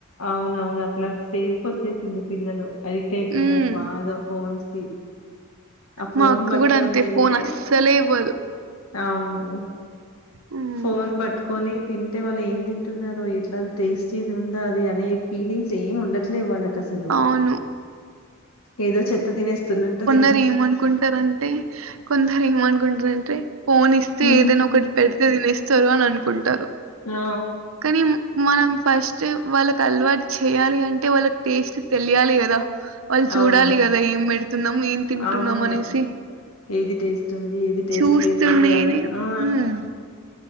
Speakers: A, on the left; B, on the right.
A: అవునవును అట్లాంటి స్టేజ్కి వచ్చేసింది పిల్లలు ఎడిట్ అయిపోయారు
B: హ్మ్
A: బాగా ఫోన్స్ కి ఆ ఫోన్
B: మా అక్క
A: పట్టుకొని
B: కూడా అంతే
A: తింటే
B: ఫోన్ అస్సలే ఇవ్వదు
A: అవును
B: హ్మ్
A: ఫోన్ పట్టుకొని తింటే వాళ్ళు ఏం తింటున్నారు ఎట్లా టేస్ట్ ఇది ఉందా అది అనే ఫీలింగ్స్ ఏమి ఉండట్లే వాళ్ళకి అసలు
B: అవును
A: ఏదో చెత్త తినేస్తున్నట్టు తి
B: దరు ఏమనుకుంటారంటే కొందరు ఏమనుకుంటారంటే ఫోన్ ఇస్తే
A: హ్మ్
B: ఏదైనా ఒకటి పెడితే తినేస్తారు అని అనుకుంటారు
A: ఆ
B: కానీ మనం ఫస్ట్ వాళ్ళకి అలవాటు చేయాలి అంటే వాళ్ళకి టేస్ట్ తెలియాలి కదా వాళ్ళు
A: ఆ
B: చూడాలి
A: అవును
B: కదా ఏం పెడుతున్నాం ఏం తింటున్నాం
A: అవును
B: అనేసి
A: ఏది టేస్ట్ ఉంది ఏది టేస్ట్
B: చూస్తూనేనే
A: లేదు అనేది వాళ్లకు ఆ
B: హ్మ్